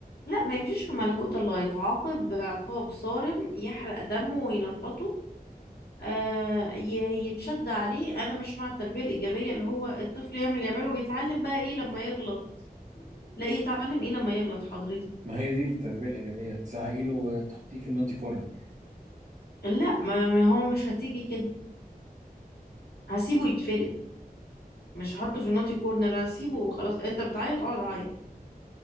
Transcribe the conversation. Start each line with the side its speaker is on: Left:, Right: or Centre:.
Left: لا ما يمشيش في ملكوت الله يتعاقب عقاب صارم يحرق دمه وينططه آه، ي- يتشد عليه انا مش مع التربيه الايجابيه اللي هو الطفل يعمل يعمله ويتعلم بقى ايه لما يغلط لا يتعلم ايه لما يغلط حضرتك
Right: ما هي دي التربيه الايجابيه تزعقي له تحطيه في النوتي كورنر
Left: لا ما ما هو مش هتيجي كده هسيبه يتفلق مش هحطه في النوتي كورنر هسيبه وخلاص انت بتعيط اقعد عيط